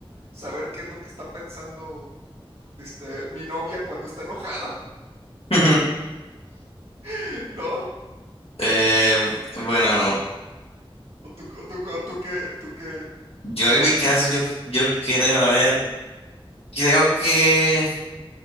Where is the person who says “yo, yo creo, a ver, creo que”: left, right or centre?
Left